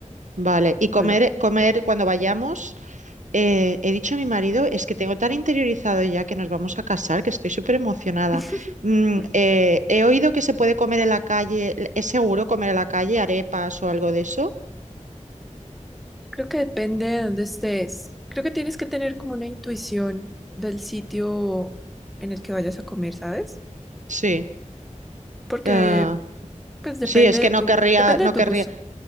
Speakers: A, on the right (about 75°); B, in the centre.
A: Vale, y
B: en
A: comer,
B: Colombia.
A: comer cuando vayamos, eh, he dicho a mi marido, es que tengo tan interiorizado ya que nos vamos a casar, que estoy súper emocionada.
B: <laughs>
A: Mm, eh, he oído que se puede comer en la calle, ¿es seguro comer en la calle arepas o algo de eso?
B: Creo que depende de dónde estés. Creo que tienes que tener como una intuición del sitio en el que vayas a comer, ¿sabes?
A: Sí.
B: Porque
A: Ah,
B: pues depende
A: sí, es
B: de
A: que
B: tu,
A: no querría,
B: depende
A: no
B: de tu
A: querría
B: gusto.